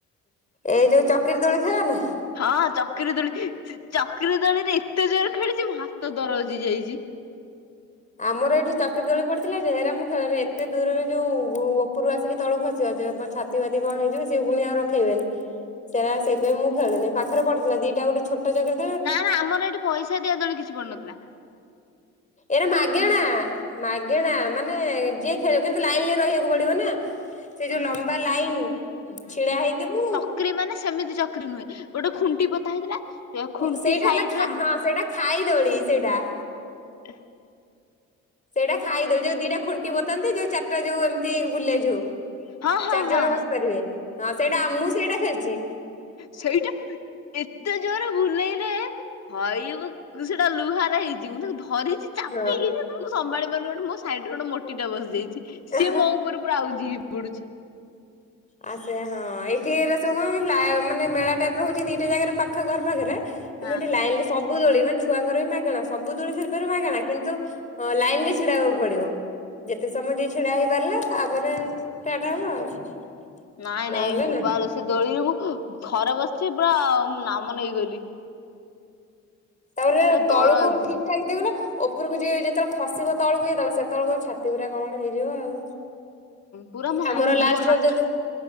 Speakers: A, on the left; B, on the left.
A: ଏଇ ଯୋଉ ଚକିରି ଦୋଳି ଖେଳ ନା?
B: ହଁ ଚକିରୀ ଦୋଳି ଚକିରି ଦୋଳିରେ ଏତେ ଜୋରେ ଖେଳିଚି ମୋ ହାତ ଦରଜ ହେଇଯାଇଚି।
A: ଆମର ଏଇଠି ଚାକିରି ଦୋଳି ପଡିଥିଲା ଯେହେରା ମୁଁ ଖେଳନି ଏତେ ଦୂରରେ ଯୋଉ ଓପୁରୁ ଆସିକି ତଳୁ ଖସିବ ଯେ ଛାତି ଫାତି କଣ ହେଇଯିବ ସେ ପୁଣି ଆଉ ରଖେଇବେନେହିଁ। ସେରି ସୋଇଥିପାଇ ମୁଁ ଖେଳିନି ପାଖରେ ପଡି ଥିଲା ଦିଟା ଗୋଟେଛୋଟ ଜାଗରେ।
B: ନା ନା ଆମର ଏଠି ପଇସା ଦିଆଦୋଳେ କିଛି ପଡୁନଥିଲା।
A: ଏରା ମାଗେଣା। ମାଗେଣା ମାନେ ଯିଏ ଖେଳିବ କିନ୍ତୁ ଲାଇନ୍ ରେ ରହିବାକୁ ପଡିବ ନା। ସେ ଯୋଉ
B: ଓହୋ
A: ଲମ୍ବା ଲାଇନ୍ ଛିଡା ହେଇଥିବୁ।
B: ଚକିରି ମାନେ ସେମିତି ଚକିରି ନୁହେଁ ଗୋଟେ ଖୁଣ୍ଟି ପୋତା ହେଇଥିଲା। ଖୁଣ୍ଟି
A: ଓ ସେଇଟା
B: ସାଇଡ
A: ହେଲା
B: ରେ
A: ହଁ ସେଇଟା ଖାଇଦଳି ସେଇଟା।
B: ଏ।
A: ସେଇଟା ଖାଇଦୋଳି ଯୋଉ ଦିଟା ଖୁଣ୍ଟି ପୋତନ୍ତି ଯୋଉଦିଟା ଯଉ ଏମିତି ବୁଲେ ଯୋଉ।
B: ହଁ ହଁ
A: ଚାରି
B: ହଁ
A: ଜଣ ବସିପାରିବେ ହଁ ମୁଁ ସେଇଟା ମୁଁ ସେଇଟା ଖେଳିଚି।
B: ସେଇଟା। ଏତେ ଜୋରେ ବୁଲେଇଲେ ହଇଲୁ ଲୁ ସେଟା ଲୁହାରେ ହେଇଚି ମୁଁ ତାକୁ ଧରିଚି
A: ଝ
B: ମୁଁ ସମ୍ଭାଳି ପାରୁନି ଗୋଟେ ମୋ ସାଇଡ୍ ରେ ଗୋଟେ ମୋଟି ଟେ ବସିଯାଇଚି ସିଏ
A: ହଁ।
B: ମୋ ଉପରେ ପୁରା ଆଉଜି ହେଇ ପଡ଼ୁଚି।
A: ଆ ସେ ହଁ ଏଠି ଏ ସବୁ କଣ ହେଲା ମାନେ ମେଳା ଟାଇପ୍ ର ହହୁଚି ଦିଟା ଜାଗାରେ ପାଖ ଘର ପାଖରେ। କିନ୍ତୁ
B: ହଁ
A: ଏଠି ଲାଇନ୍ ରେ ସବୁ ଦୋଳି ମାନ ଛୁଆଙ୍କର ବି ମାଗଣା ସବୁ ଦୋଳି ଖେଳି ପାରିବୁ ମାଗଣା କିନ୍ତୁ ଲାଇନ୍ ରେ ଛିଡାହବାକୁ ପଡିବ। ଯେତେ ସମୟ ଯେ ଛିଡା ହେଇପାରିଲା ତାପରେ ଷ୍ଟାର୍ଟ ହବ ଆଉ।
B: ନାଇଁ
A: ନହେଲେ
B: ନାଇଁ ଭୋପାଲୋ।
A: ନାହିଁ।
B: ସେ ଦୋଳିରେ ମୁଁ ଥରେ ବସିଚି ପୁରା ନାମ ନେଇଗଲି।
A: ତାପରେ
B: ପୁରା ଦରଜ
A: ତଳକୁ ଠିକ୍ ଠାକେ ଦେଉ ନା। ଉପରକୁ ଯିଏ ଯେତେବେଳେ ଖସିବ ତଳକୁ ଯେତେବେଳେ ସେତେବେଳକୁ ଛାତି ପୁରା କଣ ହେଇଯିବ ଆଉ।
B: ପୁରା ମୋ
A: ଆମର
B: ହାତ
A: ଲାଷ୍ଟେ
B: ହାତ
A: ରଜ ଦିନ୍